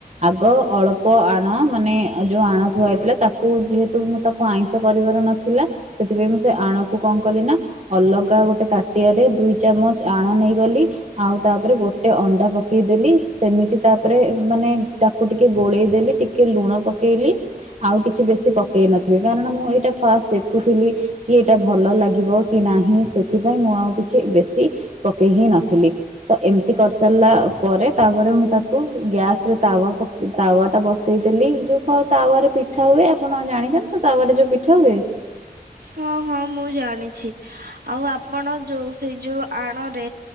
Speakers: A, on the right; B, on the right.
A: ଆଗ ଅଳ୍ପ ଆଣ ମାନେ ଯୋଉ ଆଣ ଥୁଆ ହେଇଥିଲା ତାକୁ। ଯେହେତୁ ମୁଁ ତାକୁ ଆଇଁଷ କରିବାର ନଥିଲା ସେଥିପାଇଁ ମୁଁ ସେ ଆଣକୁ କଣ କଲି ନା। ଅଲଗା ଗୋଟେ ତାଟିଆ ରେ ଦୁଇ ଚାମଚ ଆଣ ନେଇଗଲି ଆଉ ତାପରେ ଗୋଟେ ଅଣ୍ଡା ପକେଇ। ଦେଲି ସେମିତି ତାପରେ ମାନେ ତାକୁ ଟିକେ ଗୋଳେଇ ଦେଲି ଟିକେ। ଟେ ଲୁଣ ପକେଇଲି ଆଉ କିଛି ବେଶୀ ପକେଇ ନଥିଲି କାରଣ ମୁଁ ଏଇଟା। ଫାଷ୍ଟ ଦେଖୁଥିଲି କି ଏଇଟା ଭଲ ଲାଗିବ। କି ନାହିଁ ସେଥିପାଇଁ ମୁଁ ଆଉ କିଛି ବେଶୀ ପକେଇ ହିଁ ନଥିଲି ତ ଏମିତି କରିସାରିଲା ପରେ ତାପରେ ମୁଁ ତାକୁ ଗ୍ୟାସରେ ତାୱା ତାୱା ଟା ବସେଇଦଲି ଯୋଉ ତାୱ ପିଠା ହୁଏ ଆପଣ ଜାଣିଛନ୍ତି ତ ତାପରେ ଯୋଉ ପିଠା ହୁଏ?
B: ହଁ ହଁ ମୁଁ ଜାଣିଛି ଆଉ ଆପଣ ଯୋଉ ସେଇ ଯୋଉ ଆଣରେ